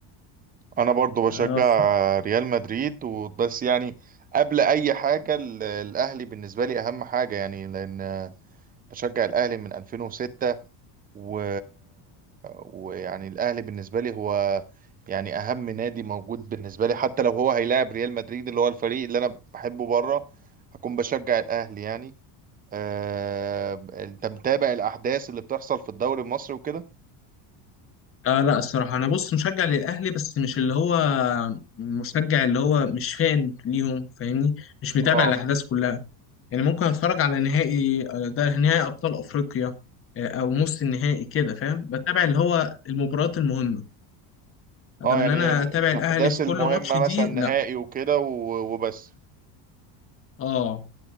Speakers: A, on the right; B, on the left.
A: أنا برضو بشجع
B: آه،
A: آه، ريال مدريد وبس يعني قبل أي حاجة ال- الأهلي بالنسبة لي أهم حاجة يعني لأن آه، بشجع الأهلي من 2006 و... ويعني الأهلي بالنسبة لي هو يعني أهم نادي موجود بالنسبة لي حتى لو هو هيلاعب ريال مدريد اللي هو الفريق اللي أنا بحبه بره هكون بشجع الأهلي يعني أه... أنت متابع الأحداث اللي بتحصل في الدوري المصري وكده
B: آه لا الصراحة أنا بص مشجع للأهلي بس مش اللي هو مشجع اللي هو مش فان ليهم فاهمني مش متابع
A: اه
B: الأحداث كلها يعني ممكن أتفرج على نهائي آه، ده نهائي أبطال أفريقيا آه، أو نص النهائي كده فاهم بتابع اللي هو المباريات المهمة أدم
A: اه يعني
B: إن أنا
A: ال-
B: أتابع
A: الاحداث
B: الأهلي في
A: المهمه
B: كل ماتش دي
A: مثلا نهائي
B: لا
A: وكده و- وبس
B: آه